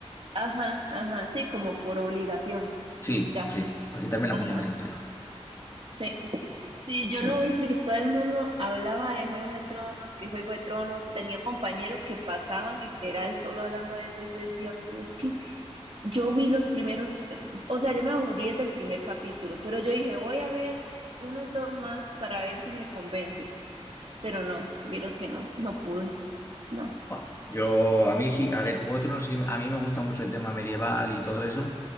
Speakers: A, on the right; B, on the left.
A: Ajá, ajá. Sí, como por obligación.
B: Sí,
A: Ya.
B: sí, para quitarme la
A: Ajá.
B: puñetera intriga.
A: Sí. Sí, yo
B: Pero,
A: no vi porque todo el mundo hablaba de Juego de Tronos, que Juego de Tronos, tenía compañeros que pasaban literal solo hablando de eso y yo decía, pero es que yo vi los primeros, eh, o sea, yo me aburrí desde el primer capítulo, pero yo dije, voy a ver unos dos más para ver si me convence, pero no, vieras que no, no pude, no.
B: Buah, Yo, a mí sí, a ver, Juego de Tronos, sí que- a mí me gusta mucho el tema medieval y todo eso,